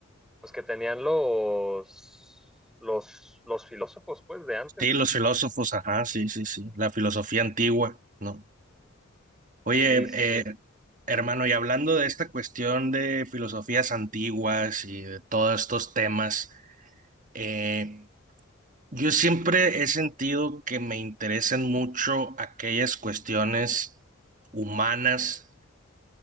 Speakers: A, in the centre; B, on the right.
A: pues que tenían los, los, los filósofos, pues, de antes.
B: Sí, los filósofos, ajá, sí, sí, sí, la filosofía antigua, ¿no? Oye,
A: Sí, sí, sí,
B: eh, hermano, y hablando de esta cuestión de filosofías antiguas y de todos estos temas, eh, yo siempre he sentido que me interesan mucho aquellas cuestiones humanas,